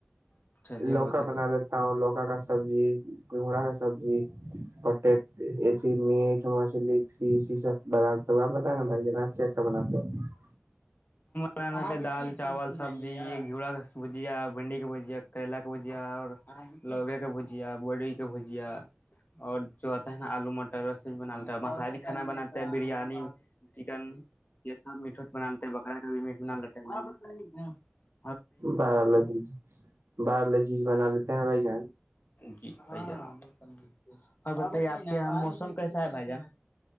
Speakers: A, on the left; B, on the right.
A: جان چلیے
B: لوکا
A: بہت اچھا
B: بنا دیتا ہوں لوکا ا کا سبزی گھگڑا کا سبزی پٹی ا میٹ مچھلی فس یہ سب بپ بت نا بھائی <unintelligible> ن چ کا بنا تو <unintelligible> ہاں <unintelligible>
A: بنانا دال چاول سبزی گھیڑا بھجیا بھنڈی کا بھجیا کریلا کا بھجیا اور لوکے کا بھجیا بوری کے بھجیا اور جو آتا ہے نا آلو مٹر سب بنتا مسالی کانا بناتا ہے بریانی چکن یہ سب میٹھاٹ بن <unintelligible> بکرا کا بھی مٹون <unintelligible>
B: باولوجیز بایولوجیز بنا لیتے ہیں بھائی ج
A: جی ب لیجے اور بتائیے آپ کے یہاں موسم کسا ہے بجا